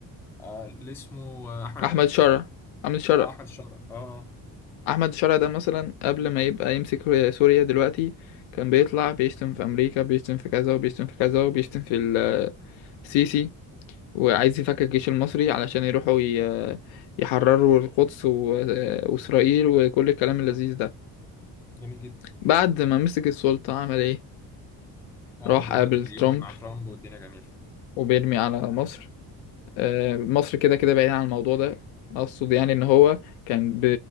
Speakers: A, in the centre; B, on the left.
A: آه، اللي اسمه آه، احمد
B: احمد شرع احمد شرع
A: اه احمد الشرع اه آه،
B: احمد شرع ده مثلا قبل ما يبقى يمسك سوريا دلوقتي كان بيطلع بيشتم في امريكا بيشتم في كذا وبيشتم في كذا وبيشتم في السيسي وعايز يفكك الجيش المصري علشان يروحوا ي... يحرروا القدس و... واسرائيل وكل الكلام اللذيذ ده
A: جميل جدا
B: بعد ما مسك السلطة عمل ايه
A: اه
B: راح
A: دلوقتي
B: قابل
A: بيقعد
B: ترامب
A: مع ترامب والدنيا جميله
B: وبيرمي على مصر آه، مصر كده كده بعيدة عن الموضوع ده اقصد يعني ان هو كان ب-